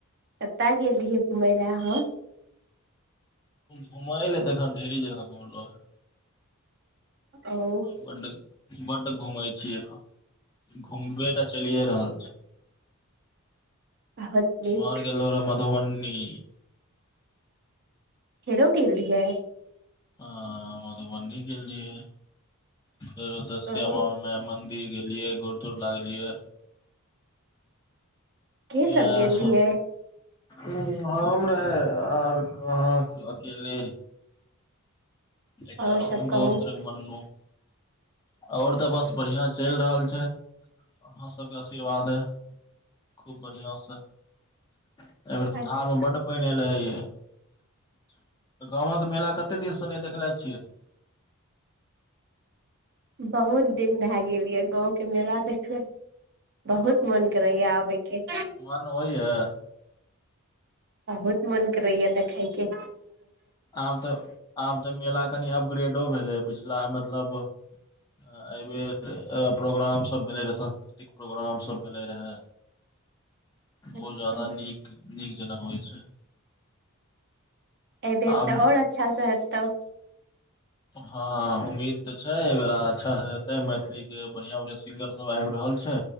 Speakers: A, on the right (about 50°); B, on the left (about 15°).
A: कत गेल रहियै घुमय लए अहँ?
B: घुमय ल त अखन ढेरी जगह घुमलौ हैं।
A: ओ
B: बड बड घूमय छी एखन घूमबेटा चलिए रहल छैय।
A: बहुत नीक
B: ओम्हर गेल रहौ मधुबन्नी।
A: फेरो गेल रिहियै?
B: ह मधुबनी गेल रिहयै फेर ओतसे श्यामा
A: ओ
B: माई मन्दिर मन्दिर गेलियै गोड़ तोर लागलियै।
A: के
B: यैहे
A: गेल
B: सब।
A: रहियै
B: उ हम रहे आर कहाँ अकेले एकटा
A: और सब कहू
B: दोस्त रहै मन्नु ओओर त बस बढ़ियाँ चैल रहल छै अहाँ सभके आशीर्वादे खूब बढ़िआं से एहि बेर त
A: अच्छा,
B: धार मे बड पैन एल हैे त गामक मेला कते दिनसँ नहि देखले छियै
A: बहुत दिन भए गेल य गाँंवके मेला देखना बहुत मोन करैया आबैके
B: ओहिए
A: बहुत मन करैया देखयके
B: आब त‌आब त मेला कनि अपग्रेडो भेलै पिछला मतलब एहि बेर प्रोग्राम सब भेले रहे सांस्कृतिक प्रोग्राम सब भेले रहे बहुत
A: अच्छा
B: जादा नीक नीक जेना होइ छै
A: एहिबेर
B: आब
A: त आओर अच्छासँ हेत तब
B: हँ उम्मीद त छै एहि बेरा अच्छा त मैथिलीक के बढ़िआं बढ़िआँ सिंगर सब आबि रहल छै